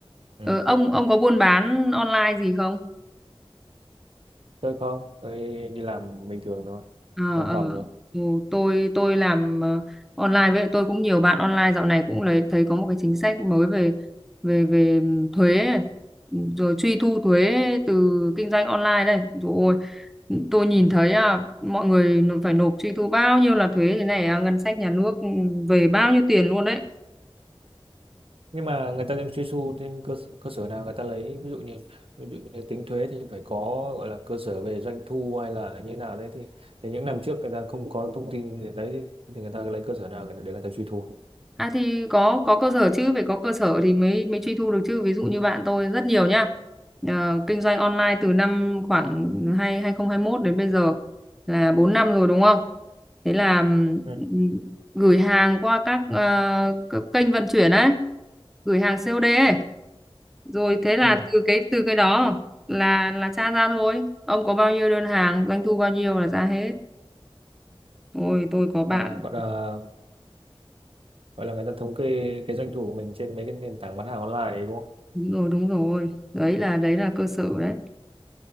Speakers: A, on the right; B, in the centre.
A: ừ.
B: Ừ. ông ông có buôn bán online gì không
A: tôi không tôi đi làm bình thường thôi
B: ờ
A: văn
B: ờ.
A: phòng thôi.
B: ừ. tôi tôi làm ờ, online với tôi cũng nhiều bạn online dạo này cũng lấy thấy có một cái chính sách mới về về về ừm, thuế ấy. Ừ, rồi truy thu thuế từ kinh doanh online đây rồi tôi nhìn thấy à, mọi người nộp- phải nộp truy thu bao nhiêu là thuế thế này à, ngân sách nhà nước ừ, về bao nhiêu tiền luôn đấy
A: nhưng mà người ta đang truy thu trên cơ sở, cơ sở nào người ta lấy ví dụ như ví dụ như tính thuế thì phải có gọi là cơ sở về doanh thu hay là như thế nào đấy thì, thì những năm trước người ta không có thông tin để đấy thì, thì người ta lấy cơ sở nào để người ta truy thu
B: À thì có có cơ sở chứ, phải có cơ sở thì mới mới truy thu được chứ. Ví dụ như bạn tôi rất nhiều nhá. Ờ, kinh doanh online từ năm khoảng hai 2021 đến bây giờ là 4 năm rồi đúng không? Thế là
A: ừ
B: ừm, gửi hàng qua các ờ, các kênh vận chuyển ấy, gửi hàng COD ấy. Rồi thế là
A: ừ
B: từ cái từ cái đó là là tra ra thôi. Ông có bao nhiêu đơn hàng, doanh thu bao nhiêu là ra hết. Ôi tôi có bạn.
A: à, gọi là gọi là người ta thống kê cái doanh thu của mình trên mấy cái nền tảng bán hàng online đấy đúng không
B: Đúng rồi, đúng rồi. Đấy là đấy là cơ sở đấy.